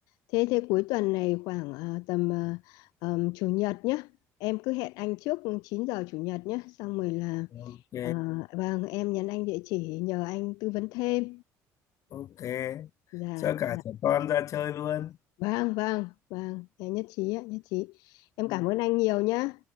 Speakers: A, on the left; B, on the left.
A: Thế thế cuối tuần này khoảng à, tầm à, ờm, chủ nhật nhé. Em cứ hẹn anh trước 9 giờ chủ nhật nhé. Xong rồi là
B: Ok,
A: à, vâng em nhắn anh địa chỉ nhờ anh tư vấn thêm.
B: ok.
A: Dạ,
B: Cho cả
A: dạ.
B: trẻ con ra chơi luôn.
A: Vâng, vâng, vâng. Em nhất trí ạ, nhất trí. Em
B: Ừ,
A: cảm ơn anh nhiều nhé.